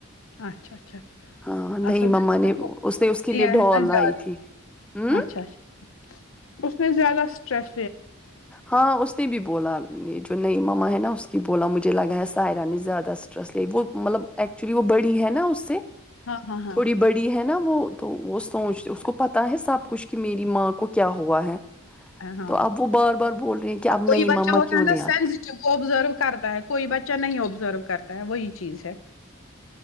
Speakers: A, on the left; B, in the centre.
A: اچھا اچھا اچھا
B: ہاں نہیں
A: اصل میں
B: مما نے اس نے اس کے لیے
A: لیا ہے
B: ڈال
A: نہ زیادہ
B: لائی تھی ہ
A: اچھا اچھا اس نے زیادہ آ سٹرس
B: ہاں اس نے بھی بولا یہ جو ‌ نئی مما ہیں نا اس کی بولا مجھے لگا ہے سائرا نے زیادہ اسٹریس ل وہ مطلب ایکچولی وہ بڑی ہے نا اس سے
A: ہاں ہاں ہاں
B: تھوڑی بڑی ہے نا وہ تو وہ سوچتے اس کو پتا ہے سب کچھ کہ میری ماں کو کیا ہوا ہے
A: ہاں
B: تو اب وہ بار بار بول رہے ہیں کہ
A: اب کوئی
B: نئی
A: بچہ
B: مما
A: ہوتا
B: کیوں
A: ہے نا
B: نہیں آتی
A: سینسیٹیو وہ ابزرو کرتا ہے کوئی بچہ نہیں ابزرو کرتا کرتا ہے وہی چیز ہے